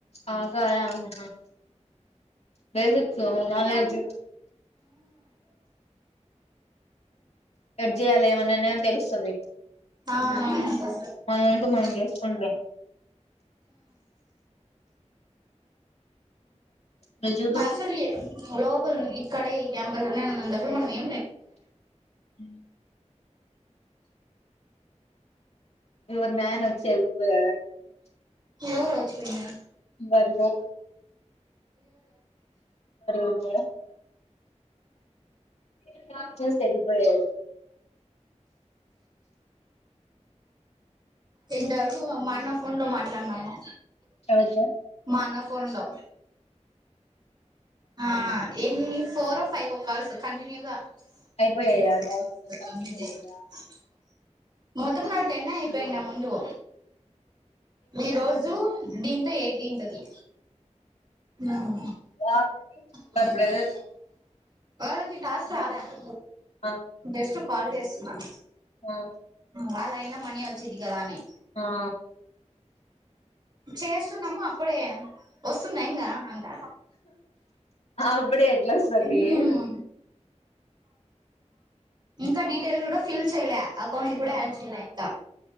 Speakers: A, on the left; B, on the right.
A: ఆగా హ హ బేసతు నాన్ వెజ్ ఎట్ జేయాలి ఏమన్నాన్నా తెలుస్తది
B: ఆ ము
A: మనంటూ మనం చేసుకుంటాం నువ్వు చూపిస్తు
B: అసలుఎ బ్రో ఇప్పుఇక్కడే ఈ క్యాంప నే అందరు మనమే
A: ము యూవర్ మ్యాన్ వచ్చి ఎల్పోయాడ్ <unintelligible>
B: ఎవరు వచ్చిపోయింది
A: బరువు ఉందా అంట చెస్తే ఎళ్ళిపోయాడ్
B: ఇందాపు మా అన్న ఫోన్ లో మాట్లాడినాము
A: ఎవరు
B: మా అన్న ఫోన్లో ఆ ఎన్‌ ఫోర్ఓ ఫైవ్ఓ కాల్స్ కంటిన్యూగా
A: అయిపోయాయా
B: <unintelligible>
A: టాస్క్ కంప్లీట్ అయ్యిందా
B: మొత్తం నవి టెనే అయిపోన ముందు ఈ రోజు దీంతో ఎయిటీన్త్ ది ఉమ్
A: వాళ్ళది
B: <unintelligible>
A: యువర్ బ్రదర్
B: వాళ్ళకి టాస్క్ రాలే అంట
A: ఆ
B: జెస్ట్ కాల్ జేస్తున్న
A: ఆ
B: వాళైయినా మని ఓచ్చిదిగాదా అని
A: ఆ
B: చేస్తున్నాము అప్పుడే వస్తునయి ఇగా అంట
A: అప్పుడే ఎట్లా వస్తది
B: హ్మ్ ఇంకా డీటెల్డ్ ఫిల్ చేయ్ లే అకౌంట్ కూడా ఆడ్ చేయాలే ఇంక